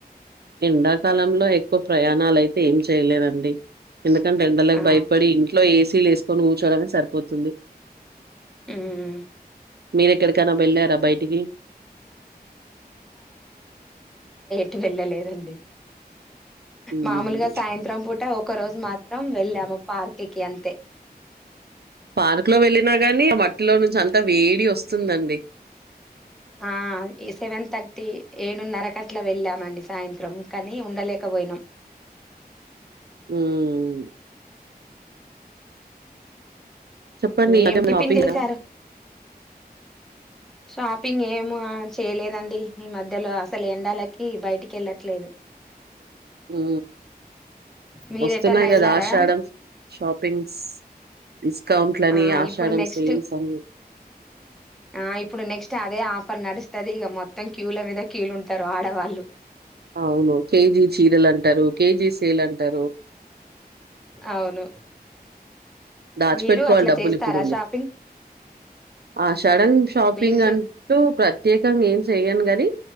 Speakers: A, on the right (about 75°); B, in the centre.
A: ఎండాకాలంలో ఎక్కువ ప్రయాణాలుయితే ఏం చేయలేదం డి ఎందుకంటే ఎండలకి
B: ఆ
A: భయపడి ఇంట్లో ఏసీలు వేసుకొని కూర్చోడమే సరిపోతుంది.
B: ఉమ్
A: మీరెక్కడికైనా వెళ్ళారా బయటికి
B: టి వెళ్ళలేదండి
A: హ్మ్.
B: మామూలుగా సాయంత్రం పూట ఒక రోజు మాత్రం వెళ్ళాము పార్క్కి అంతే
A: పార్క్ లో వెళ్ళినా గాని ఆ మట్టిలో నుంచి అంత వేడి వస్తుందండి
B: ఆ ఈ సెవెన్ థర్టీ ఏడున్నర కట్ల వెళ్ళామండి సాయంత్రం కానీ ఉండలే పోయినం
A: హ్మ్. చెప్పండి
B: ఏం
A: అదే
B: టిఫిన్
A: షాపింగరా?
B: చేసారు షాపింగ్ ఏమ చేయలేదండి ఈ మధ్యలో అసలు ఎండాలకి బయటికి వెళ్ళట్లేదు
A: ఉ
B: మీరు
A: వస్తున్నాయి
B: ఎటన్నా వెళ్ళారా
A: కదా ఆషాడం షాపింగ్స్ డిస్కౌంట్లని,
B: ఆ
A: ఆషాఢం
B: ఇప్పుడు నెక్స్ట్
A: సేల్స్ అని
B: ఆ ఇప్పుడు నెక్స్ట్ అదే ఆఫర్ నడుస్తదిగ మొత్తం క్యూల మీద క్యూలు ఉంటారు ఆడవాళ్ళు
A: అవును కేజీ చీరలని అంటరు కేజీ సేల్ అంటరు
B: అవును
A: దాచిపెట్టుకోవాలి
B: మీరు అట్లా
A: డబ్బులు
B: చేస్తారా
A: ఇప్పుడుండి
B: షాపింగ్
A: ఆషాడం షాపింగ్
B: మీరు చే
A: అంటూ ప్రత్యేకంగా ఏం చెయను గని